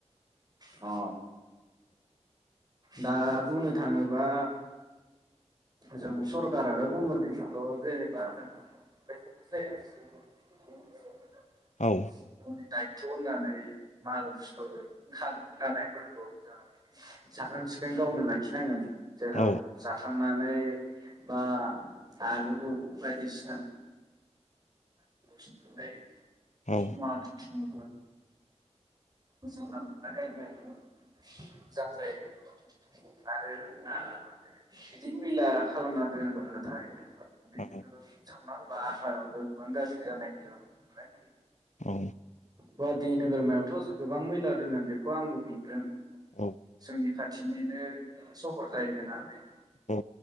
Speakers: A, on the right; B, on the left.
A: अ दा बुंनो थाङोबा जों सरखार आरो गमबन' जेनेबा <unintelligible>
B: औ
A: गावनि दायथ' होननानै माल फुस्थर ख दानायफोरखौ जों साखोन सिखोन गावनो लाखिनांगोन । जेराव
B: औ
A: जाखांनानै बा आलु बायदिसिना <unintelligible>
B: औ
A: जमा दोनथुमगोन। बिदि मैला खालामना दोनोबथाय बेखौ
B: औ
A: सावना सावना हो बा आफहावायावबो गोबां गार्जि जानायखौ नुनो मोनो ।
B: औ
A: गुवाहाटि नोगोरमायावथ' जों गोबां मैला दोङो बेखौ आंबो नुदों ।
B: औ
A: जोंनि खाथिनिनो सहर जाहैबायना बे ।
B: औ